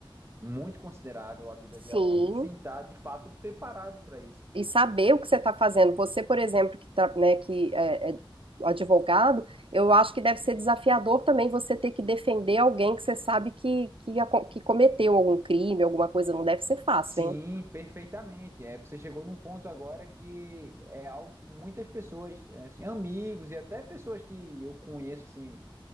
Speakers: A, on the right; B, on the right.
A: muito considerável a vida de
B: Sim,
A: alguém sem estar de fato preparado para isso.
B: e saber o que você está fazendo. Você, por exemplo, que, tá, né, que é, é advogado, eu acho que deve ser desafiador também você ter que defender alguém que você sabe que, que, aco- que cometeu algum crime, alguma coisa. Não deve ser fácil,
A: Sim,
B: hein?
A: perfeitamente. É, você chegou num ponto agora que é algo que muitas pessoas, é, assim, amigos e até pessoas que eu conheço assim